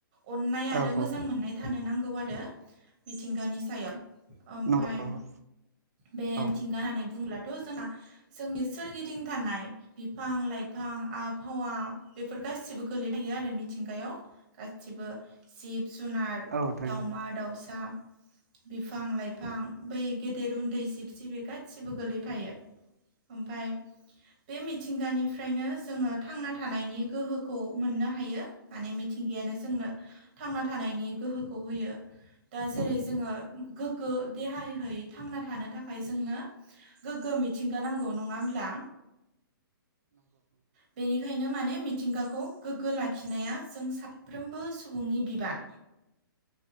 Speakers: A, on the right (about 20°); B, on the right (about 45°).
A: अन्नाय आरो
B: औ
A: मोजां
B: औ
A: मोननाय थानो नांगौ आरो मिथिंगानि सायाव। ओमफाय
B: नंगौ नंगौ
A: बे
B: औ
A: मिथिंगा होननानै बुङोब्ला थ' जोंहा जोंनि सोरगिदिं थानाय बिफां-लाइफां, आबहावा बेफोर गासिबो। गोलै थायो आरो मिथिंगायाव गासिबो जिब जुनार,
B: थारैनो
A: दाउमा-दाउसा, बिफां-लाइफां। बै गेदेर उन्दै जिब-जिबि गास गासिबो गोलैफायो। ओमफाय बे मिथिंगानिफ्रायनो जोङो थांना था थानायनि गोहोखौ मोननो हायो माने मिथिंगायानो जोंनो थांना थानायनि गोहोखौ होयो। दा जेरै जोङो गोग्गो देहायै थांना थानो थाखाय जोंनो गोग्गो मिथिंगा नांगौ नङा होमब्ला? बेनिखायनो माने मिथिंगा खौ गोग्गो लाखिनाया जों साफ्रोमबो सुबुंनि बिबान।